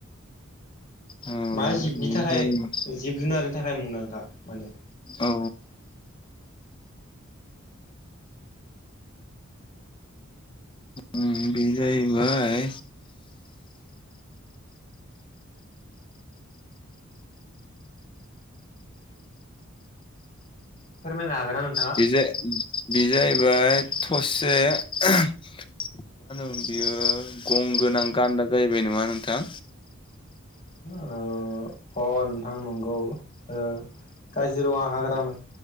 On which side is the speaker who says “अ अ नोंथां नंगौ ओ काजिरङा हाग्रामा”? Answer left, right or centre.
Left